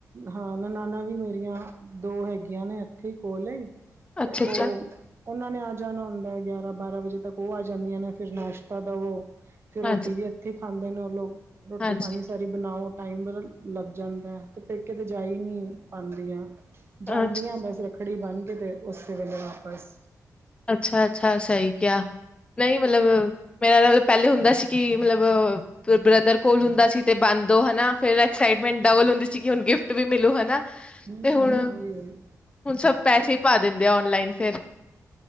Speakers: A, on the right; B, on the left.
A: ਹਾਂ ਨਨਾਨਾ ਵੀ ਮੇਰੀਆਂ ਦੋ ਹੈਗੀਆਂ ਨੇ ਇੱਥੇ ਕੋਲੇ ਹੀ,
B: ਅੱਛਾ
A: ਤੇ ਉਹ
B: ਅੱਛਾ
A: ਉਹਨਾਂ ਨੇ ਆ ਜਾਣਾ ਹੁੰਦਾ ਹੈ, ਗਿਆਰਾਂ ਬਾਰਾਂ ਵਜੇ ਤੱਕ ਉਹ ਆ ਜਾਂਦੀਆਂ ਨੇ, ਫਿਰ ਨਾਸ਼ ਤਾ ਦਵੋ ਫੇਰ ਰੋਟੀ
B: ਹਾਂਜੀ
A: ਵੀ ਇੱਥੇ ਖਾਂਦੇ ਨੇ, ਉਹ ਲੋਕ ਰੋਟੀ
B: ਹਾਂਜੀ
A: ਪਾਣੀ ਸਾਰੀ ਬਣਾਓ। ਟਾਈਮ ਵ ਲੱਗ ਜਾਂਦਾ ਅਤੇ ਪੇਕੇ 'ਤੇ ਜਾ ਹੀ ਨੀ ਪਾਦੀਆਂ। ਜਾਂਦੀਆ
B: ਅੱਛ
A: ਬਸ ਰੱਖੜੀ ਬਣ ਕੇ ਤੇ ਉਸੇ ਵੇਲੇ ਵਾਪਸ,
B: ਅੱਛਾ-ਅੱਛਾ, ਸਹੀ ਕਿਹਾ ਨਹੀਂ ਮਤਲਬ ਮੇਰਾ ਤਾਂ ਮਤਲਬ ਪਹਿਲੇ ਹੁੰਦਾ ਸੀ, ਕਿ ਮਤਲਬ ਬ੍ਰਦਰ ਕੋਲ ਹੁੰਦਾ ਸੀ, ਤੇ ਬੰਨਦੋ ਹਨਾ ਫੇਰ ਐਕਸਾਈਟਮੈਂਟ ਡਬਲ ਹੁੰਦੀ ਸੀ, ਕਿ ਹੁਣ ਗਿਫਟ ਵੀ ਮਿਲੂ ਹਨਾ,
A: ਹੂੰ
B: ਤੇ ਹੁਣ-ਹੁਣ
A: ਉਹੀ ਉਹੀ
B: ਸਭ ਪੈਸੇ ਪਾ ਦਿੰਦੇ ਆ ਔਨਲਾਈਨ ਫੇਰ,